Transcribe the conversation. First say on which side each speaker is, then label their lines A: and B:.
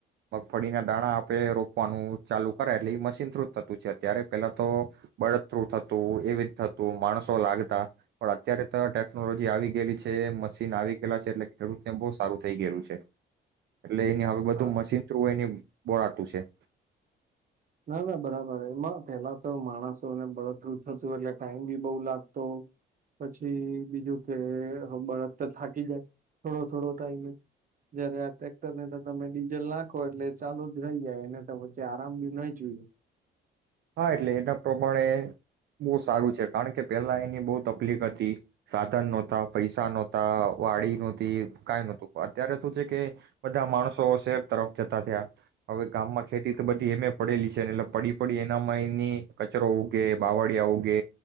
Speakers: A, on the right; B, on the right.
A: મગફળીના દાણા રોપવાનું ચાલુ કરે એટલે એ મશીન થ્રુ જ થતું છે, અત્યારે પેલા તો બર્ડ થ્રુ થતું એવી જ થતું માણસો લાગતા પણ અત્યારે તો ટેકનોલોજી આવી ગયેલી છે, મશીન આવી ગયેલા છે. એટલે ખેડૂતને બહુ સારું થઈ ગયેલું છે. એટલે એની હવે બધું
B: હા
A: મશીન થ્રુ એની બોળાતું છે.
B: ના ના બરાબર એમાં પેલા તો માણસોને બળતરું થશે એટલે ટાઈમ બી બઉ લાગતો પછી બીજું કે બળદ તો થાકી જાય. થોડો થોડો ટાઈમે જયારે આ ટ્રેક્ટરને તો તમે ડીઝલ નાખો એટલે ચાલુ જ થઈ જાય એને તો વચ્ચે આરામ બી નહી <inaudible>
A: હા, એટલે એના પ્રમાણે બો સારું છે. કારણકે પેલા એની બો તકલીફ હતી, સાધન નતા, પૈસા નતા, વાડી ન તી કઈ નતું. તો અત્યારે શું છે કે બધા માણસો શહેર તરફ જતા થયા, હવે ગામમાં ખેતી તો બધી એમે પડેલી છે ને એટલે પડી પડી એ મની કચરો ઉગે, બાવળિયા ઉગે,